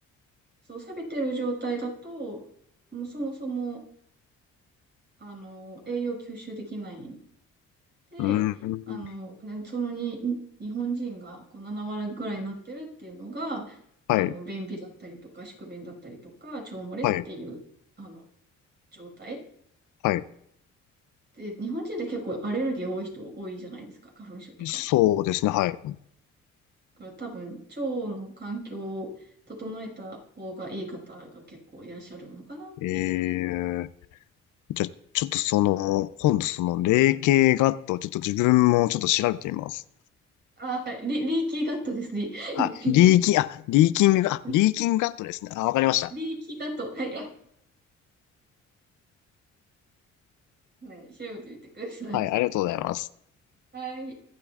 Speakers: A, on the right (about 35°); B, on the left (about 75°).
A: そう、錆びてる状態だと、もうそもそも、あの、栄養吸収できないで、
B: ーん。
A: あの、なそのに、に日本人がこう7割ぐらいになってるっていうのが、まあ、
B: はい、
A: あの、便秘だったりとか、宿便だったりとか、腸漏れっていう、
B: はい、
A: あの、状態。
B: はい。
A: で、日本人って結構アレルギー多い人多いじゃないですか、花粉症とか。
B: そうですね、はい。
A: これ多分、腸の環境を整えた方がいい方が結構いらっしゃるのかなっていう。
B: ええじゃあ、ちょっとその、今度その、霊系ガット、ちょっと自分もちょっと調べてみます。
A: あ、はい、リ、リーキーガットですね。
B: あ、
A: リ、<laughs>
B: リーキン、あ、リーキング、あ、
A: リ
B: リーキングガットですね。あ、わかりました。
A: リーキーガット。はい。はい、調べてみてください。
B: はい、ありがとうございます。
A: はい。